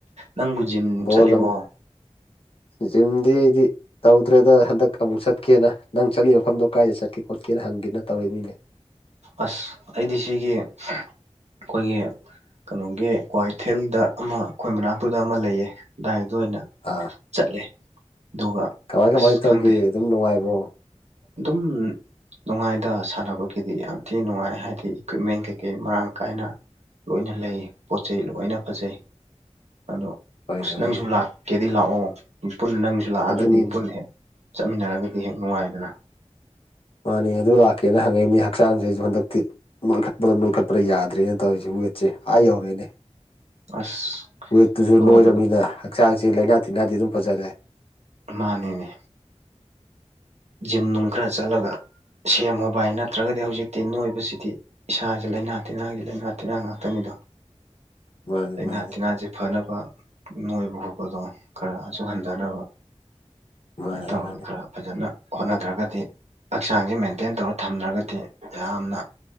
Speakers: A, on the right; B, on the left.
A: ꯅꯪꯕꯨ ꯖꯤꯝ
B: ꯍꯣꯂꯝ
A: ꯆꯠꯂꯤꯕꯣ
B: ꯖꯤꯃꯗꯤ ꯑꯩꯗꯤ ꯇꯧꯗ꯭ꯔꯦꯗ ꯍꯟꯗꯛ ꯑꯃꯨꯛ ꯆꯠꯀꯦꯅ ꯅꯪ ꯆꯠꯂꯤ ꯃꯐꯝꯗꯣ ꯀꯥꯏꯗ ꯆꯠꯀꯦ ꯈꯣꯠꯀꯦꯅ ꯍꯪꯒꯦꯅ ꯇꯧꯔ ꯃꯤꯅꯦ
A: ꯑꯁ ꯑꯩꯗꯤ ꯁꯤꯒꯤ ꯑꯩꯈꯣꯏꯒꯤ ꯀꯩꯅꯣꯒꯤ ꯀ꯭ꯋꯥꯀꯊꯦꯜꯗ ꯑꯃ ꯑꯩꯈꯣꯏ ꯃꯅꯥꯛꯇꯨꯗ ꯑꯃ ꯂꯩꯌꯦ ꯑꯗꯨꯗꯥꯏ ꯑꯗꯨ ꯑꯣꯏꯅ
B: ꯑꯥ
A: ꯆꯠꯂꯦ ꯑꯗꯨꯒ
B: ꯀꯃꯥꯏ ꯀꯃꯥꯏꯅ
A: ꯑꯁ
B: ꯇꯧꯒꯦ
A: ꯈꯪꯗꯦ
B: ꯑꯗꯨꯝ ꯅꯨꯡꯉꯥꯏꯕꯣ
A: ꯑꯗꯨꯝ ꯅꯨꯡꯉꯥꯏꯗ ꯁꯥꯟꯅꯕꯒꯤꯗꯤ ꯌꯥꯝ ꯊꯤꯅ ꯅꯨꯡꯉꯥꯏ ꯍꯥꯏꯗꯤ ꯏꯀ꯭ꯋꯤꯞꯃꯦꯟ ꯀꯩꯀꯩ ꯃꯔꯥꯡ ꯀꯥꯏꯅ ꯂꯣꯏꯅ ꯂꯩ ꯄꯣꯠ ꯆꯩꯩ ꯂꯣꯏꯅ ꯐꯖꯩ ꯑꯗꯣ
B: ꯍꯣꯏꯅꯦ
A: ꯑꯁ
B: ꯍꯣꯏꯅꯦ
A: ꯅꯪꯁꯨ ꯂꯥꯛꯀꯦꯗꯤ ꯂꯥꯛꯑꯣ ꯄꯨꯟꯅ ꯅꯪꯁꯨ ꯂꯥꯛꯑꯒꯗꯤ
B: ꯑꯗꯨꯅꯤꯅꯦ
A: ꯄꯨꯟꯅ ꯍꯦꯛ ꯆꯠꯃꯤꯟꯅꯔꯒꯗꯤ ꯍꯦꯛ ꯅꯨꯡꯉꯥꯏꯗꯅ
B: ꯃꯥꯅꯦ ꯑꯗꯨ ꯂꯥꯛꯀꯦꯅ ꯍꯪꯉꯛ ꯏꯝꯃꯤ ꯍꯛꯆꯥꯡꯁꯦ ꯑꯩꯁꯨ ꯍꯟꯗꯛꯇꯤ ꯅꯣꯏꯈꯠꯄꯗ ꯅꯣꯏꯈꯠꯄꯗꯥ ꯌꯥꯗ꯭ꯔꯦꯅ ꯇꯧꯔꯤꯖꯤꯕꯨ ꯋꯦꯠꯁꯦ ꯑꯥ ꯌꯧꯔꯦꯅꯦ
A: ꯑꯁ
B: ꯋꯦꯠꯇꯨꯁꯨ
A: ꯅꯣꯏꯕꯗꯣ
B: ꯅꯣꯏꯔꯝꯅꯤꯅ ꯍꯛꯆꯥꯡꯁ ꯂꯥꯏꯅꯥ ꯇꯤꯟꯅꯥꯗꯤ ꯑꯗꯨꯝ ꯐꯖꯔꯦ
A: ꯃꯥꯅꯦꯅꯦ ꯖꯤꯝ ꯅꯨꯡ ꯈꯔ ꯆꯠꯂꯒ ꯁꯦꯝꯃꯨ ꯚꯥꯏ ꯅꯠꯇ꯭ꯔꯒꯗꯤ ꯍꯧꯖꯤꯛꯇꯤ ꯅꯣꯏꯕꯁꯤꯗꯤ ꯏꯁꯥꯁꯦ ꯂꯥꯏꯅꯥ ꯇꯤꯟꯅꯥꯒꯤ ꯂꯥꯏꯅꯥ ꯇꯤꯟꯅꯥ ꯉꯥꯛꯇꯅꯤꯗꯣ
B: <inaudible> ꯃꯥꯅꯤ
A: ꯂꯩꯅꯥ
B: ꯃꯥꯅꯤ
A: ꯇꯤꯟꯅꯥꯁꯦ ꯐꯅꯕ ꯅꯣꯏꯕ ꯈꯣꯠꯄꯗꯣ ꯈꯔ ꯑꯁꯨꯛ ꯍꯟꯊꯅꯕ ꯁꯨꯃꯥꯏꯅ
B: ꯃꯥꯅꯤ
A: ꯇꯧꯔꯒ
B: ꯃꯥꯅꯤ
A: ꯈꯔ ꯐꯖꯅ ꯍꯣꯠꯅꯗ꯭ꯔꯒꯗꯤ ꯍꯛꯆꯥꯡꯁꯦ ꯃꯦꯟꯇꯦꯟ ꯇꯧꯔ ꯊꯝꯗ꯭ꯔꯒꯗꯤ ꯌꯥꯝꯅ